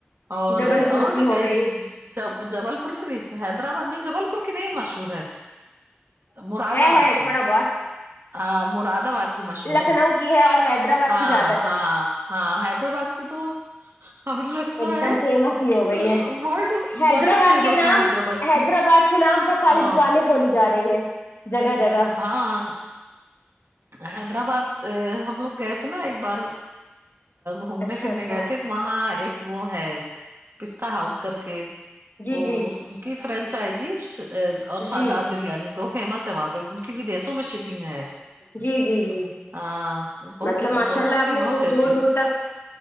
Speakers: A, on the right (about 70°); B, on the left (about 70°).
A: اور
B: جبل پور
A: اور
B: کی
A: بھی
B: ہو
A: کئی
B: گئی
A: جب جبل پور کی بھی حیدرآباد نہیں جبل پور کی بھی مشہور ہے مراد
B: ہے
A: آباد
B: ہے
A: کی
B: تھوڑا بہت
A: ہاں مراد آباد کی مشہور
B: لکھنؤ
A: ہے
B: کی اور حیدرآباد
A: ہاں
B: کی زیادہ
A: ہاں
B: ہے
A: ہاں حیدرآباد کی تو ہمیں لگتا
B: ایک
A: ہے
B: دم
A: اور
B: فیمس ہی ہو گئی
A: اں
B: ہے
A: ورلڈ
B: حیدرآباد
A: ورلڈ فیمس
B: کے نام
A: ہے حیدرآباد
B: حیدرآباد
A: کی
B: کے نام پر ساری
A: ہاں
B: دکانیں کھولی جا رہی ہیں جگہ جگہ
A: ہاں حیدرآباد ہم لوگ گئے تھے نا ایک بار گھومنے
B: اچھا
A: پھرنے
B: اچھا
A: گئے تھے تو وہاں ایک وہ ہے پستا ہاؤس کر کے
B: جی
A: وہ
B: جی
A: اس کی فرینچائزی اور شاداب
B: جی
A: بریانی دو فیمس ہے وہاں پہ ان کی ودیسوں میں شپنگ ہے
B: جی جی جی
A: ہاں بہت
B: مطلب ماشاء
A: بہت
B: اللہ
A: اچھی
B: آپ نے
A: بہت
B: خوب
A: ٹیسٹی
B: دور دور تک